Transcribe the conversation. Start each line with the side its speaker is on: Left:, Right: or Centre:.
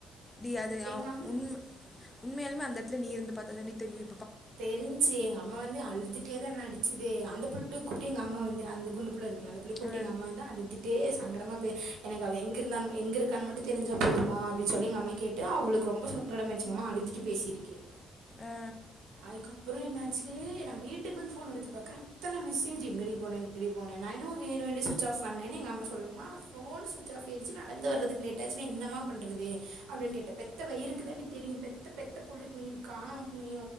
Left: டி அது ஆ
Right: எங்கள் அம்
Left: உண் உண்மையாலுமே அந்த இடத்துல நீ இருந்து பாத்த தாடி தெரிய
Right: தெரிஞ்சு எங்க அம்மா வந்து அழுதுட்டே தா என்ன நடிச்சதே அந்த புள்ள கூப்பிட்டு எங்க அம்மா வந்து அந்த குண்டு புள்ள இருக்குல அந்த புள்ளைய கூப்ட்டு
Left: அ
Right: எங்க அம்மா வந்து அழுட்டு டே சங்கடமா பே எனக்கு அவ எங்க இருந்தான் எங்க இருக்க மட்டு தெரிஞ்சா போதுமா அப்டின்னு சொல்லி எங்க அம்மா கேட்டு அவளுக்கு ரொம்ப சங்கடமாயிடுச்சு எங்க அம்மா அழுட்டு பேசியிருக்கு
Left: அ
Right: அதுக்கப்ரோ என்னாச்சு நா வீட்டுக்கு வந்து ஃபோன் எடுத்து பாக்ற அத்தன மெசேஜ் எங்கடி போன எங்கடி போன ந என்னமோ வேணு வேணுன்ட்டே ஸ்விட்ச் ஆஃப் பண்ணானு எங்க அம்மா சொல்லுது மா ஃபோன் ஸ்விட்ச் ஆஃப் ஆயிருச்சு நடந்து வரதுகு லேட் ஆச்சுன என்ன மா பன் ன்ரதே அப்படின்னு கேட்ட பெத்த வயிறுக்கு தாண்டி தெரியும் பெத்த பெத்த புள்ளை நீ காண நீ